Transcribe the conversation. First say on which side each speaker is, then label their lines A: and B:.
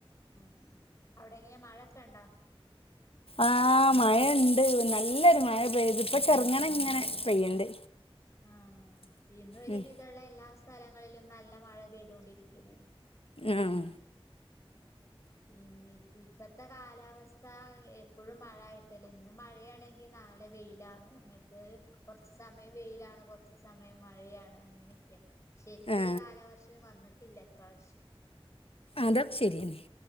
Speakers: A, on the left; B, on the left.
A: ഉം അവിടെങ്ങനെ മഴക്കണ്ടാ
B: ആഹ് മഴണ്ട് നല്ലൊരു മഴ പെയ്ത് പ്പ ചെർങ്ങനെങ്ങനെ പെയ്യ്ണ്ട്
A: ആഹ് ഇന്നൊരു
B: ഉം
A: വിധള്ളെല്ലാ സ്ഥലങ്ങളിലും നല്ല മഴ പെയ്തോണ്ടിരിക്യനേ
B: ആഹ്
A: പിന്നെ ഇപ് ഇപ്പത്തെ കാലാവസ്ഥ എപ്പഴും മഴായിട്ടല്ലേ ഇന്ന് മഴയാണെങ് ങ്കി നാളെ വെയിലാണ് മെറ്റത് കൊർച്ച് സമയം വെയിലാണ്, കൊർച്ച് സമയം മഴയാണ്. അങ്ങനെയൊക്കെയാ ശരിക്കൊരു
B: ആ
A: കാലവർഷം വന്നിട്ടില്ല ഇപ്രാവശ്യം
B: അതൊക്കെ ശരിയെന്നെ